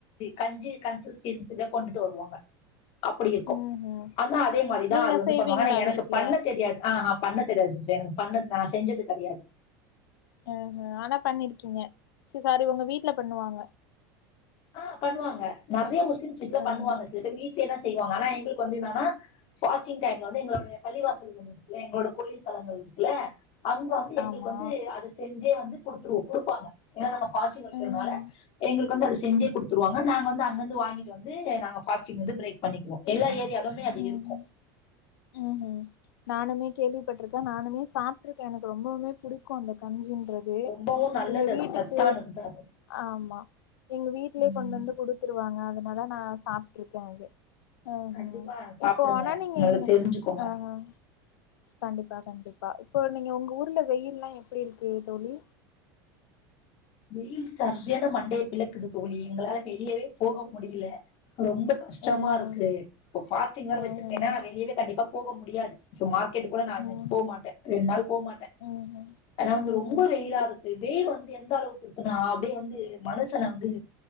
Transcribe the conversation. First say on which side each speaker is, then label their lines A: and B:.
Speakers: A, on the left (about 55°); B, on the left (about 80°).
A: கஞ்சி கன்சிஸ்டன்ஸ் தா கொண்டுட்டு வருவாங்க அப்டி இருக்கு
B: ம்ஹும்
A: ஆனா அதே மாரிதான்
B: நீங்க
A: அது வந்து
B: செய்வீங்களா
A: பண்ணுவாங்க ஆனா எனக்கு
B: வீட்ல
A: பண்ண தெரியாது அஹ் பண்ண தெரியாது சிஸ்டர் எனக்கு பண்ண நான் செஞ்சது கெடையாது
B: அஹ் ஹ ஆனா பண்ணிருக்கீங்க ச சாரி உங்க வீட்டுல பண்ணுவாங்க
A: ஆ பண்ணுவாங்க நறைய முஸ்லிம்ஸ் வீட்ல
B: ம்
A: பண்ணுவாங்க சிலபேர் வீட்லயே தா செய்வாங்க ஆனா எங்களுக் கொந்தினானா ஃபாஸ்டிங் டைம்ல வந்து எங்குளோடுது பள்ளிவாசல் வந் இல்ல எங்களோட கோயில் தளங்கள் இருக்குல்ல அங்க வந்து எங்களுக்கு
B: ஆமா
A: வந்து அத செஞ்சே வந்து குடுத்துரு குடுப்பாங்க ஏனா நாங்க பாஸ்டிங் வெக்கிறனால
B: ம்ஹூம்
A: எங்களுக்கு வந்து அத செஞ்சே குடுத்துருவாங்க நாங்க வந்து அங்கிருந்து வாங்கிட்டு வந்து நாங்க பாஸ்டிங் வந்து பிரேக் பண்ணிக்குவோ எல்லா ஏரியாலுமே அப்டி
B: ம்ஹூம்
A: இருக்கூ
B: ம்ஹூம் நானுமே கேள்விப்பட்ருக்க நானுமே சாப்ட்டுருக்க எனக்கு ரொம்பவுமே புடிக்கு அந்த கஞ்சி றது
A: ரொம்பவும் நல்லது
B: எங்க வீட்டுக்கு
A: அது சத்தானது தான் அது
B: அமா எங்க வீட்லயே
A: உம்
B: கொண்டு வந்து குடுத்துருவாங்க அதனால நா சாப்டுருக்க அது ஆஹ்
A: கண்டிப்பா சாப்பிடுங்க.
B: இப்போ ஆனா நீங்க
A: நல்லா தெரிஞ்சுக்கோங்க.
B: ஆஹ் கண்டிப்பா கண்டிப்பா இப்போ நீங்க உங்க ஊர்ல வெயில்லயெல்லா எப்டி இருக்கு தோழி
A: வெயில் சரியான மண்டையை பிளக்குது தோழி எங்களால வெளியவே போக முடியல ரொம்ப கஷ்டமா
B: ம்ஹூம்
A: இருக்கு இப்ப ஃபாஸ்டிங் வேர
B: ம்ஹூம்
A: வச்சிருக்கேன்னா வெளியே கண்டிப்பா போக முடியாது சோ மார்க்கெட் கூட நா
B: ம்ஹூம்
A: இன்னைகு போமாட்ட ரெண்டு நாள் போமாட்ட
B: ம்ஹூம்
A: ஆனா வந்து
B: ம்ஹூம்
A: ரொம்ப வெயிலாருக்கு வெயில் வந்து எந்த அளவுக்கு இப்ப நா அப்டியே வந்து மனுசன வந்து